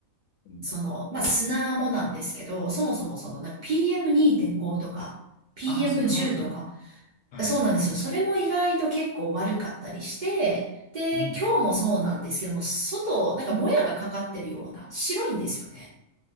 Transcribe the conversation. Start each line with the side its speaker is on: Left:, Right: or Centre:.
Left: うん、
Right: その、まあ砂もなんですけど、そもそもそのなんか PM2.5 とか、PM10
Left: ああー、それは、
Right: とか、
Left: はい。
Right: そうなんですよ。それも意外と結構悪かったりして、で、
Left: うん、
Right: 今日もそうなんですけども、外、なんかもやがかかってるような、白いんですよね。